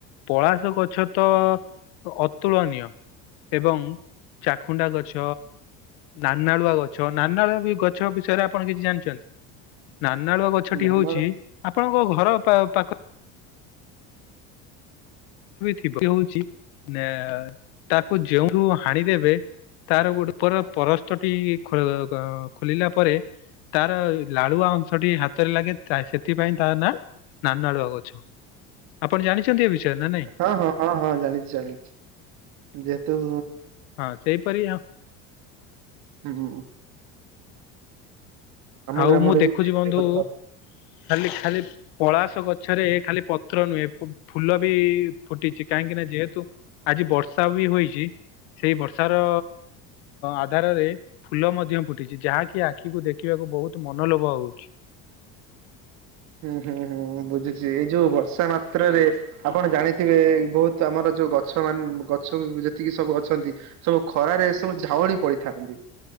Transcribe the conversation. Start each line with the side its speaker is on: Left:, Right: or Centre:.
Left: ପଳାସ ଗଛ ତ ଅତୁଳନୀୟ। ଏବଂ ଚାଖୁଣ୍ଡା ଗଛ ନାନାଳୁଆ ଗଛ ନାନାଳୁଆ ବି ଗଛ ବିଷୟରେ ଆପଣ କିଛି ଜାଣିଛନ୍ତି? ନାନାଳୁଆ ଗଛଟି
Right: ନାନ
Left: ହଉଛି ଆପଣଙ୍କ ଘର ପା-ପାଖ ଥିବ ହଉଛି ନା ତାକୁ ଯେଉଁ ଯଉ ହାଣିଦେବେ ତାର ଗୋଟେ ଉପ ପରସ୍ତଟି ଖୋଲିଲା ପରେ ତାର ଲାଳୁଆ ଅଂଶଟି ହାତରେ ଲାଗେ ସେଥିପାଇଁ ତା ନା ନାନା ଆଳୁଆ ଗଛ ଆପଣ ଜାଣିଛନ୍ତି ଏ ବିଷୟରେ? ନା ନାଇଁ
Right: ହଁ ହଁ ହଁ ହଁ ଜାଣିଛୁ ଜାଣିଛି ଯେହେତୁ
Left: ହଁ ସେଇପରି ହଁ
Right: ହ ହ।
Left: ଆଉ
Right: ଗ୍ରାମରେ
Left: ମୁଁ ଦେଖୁଛି
Right: ବି
Left: ବନ୍ଧୁ
Right: କଥା
Left: ଖାଲି ଖାଲି ପଳାସ ଗଛରେ ଖାଲି ପତ୍ର ନୁହେଁ ଫୁଲ ବି ଫୁଟିଛି କାହିଁକି ନା ଯେହେତୁ ଆଜି ବର୍ଷା ବି ହୋଇଛି ସେଇ ବର୍ଷାର ଆଧାରରେ ଫୁଲ ମଧ୍ୟ ଫୁଟିଛି ଯାହାକି ଆଖିକୁ ଦେଖି ଦେଖିବାକୁ ବହୁତ ମନଲୋଭା ହଉଛି।
Right: ହୁଁ ହୁଁ ହୁଁ ବୁଝୁଛି ଏଇ ଯୋଉ ବର୍ଷା ମାତ୍ରରେ ଆପଣ ଜାଣିଥିବେ ବହୁତ ଆମର ଯୋଉ ଗଛ ମାନ ଗଛ ଯେତିକି ସବୁ ଅଛନ୍ତି ସବୁ ଖରାରେ ସବୁ ଝାଉଳି ପଡିଥାନ୍ତି।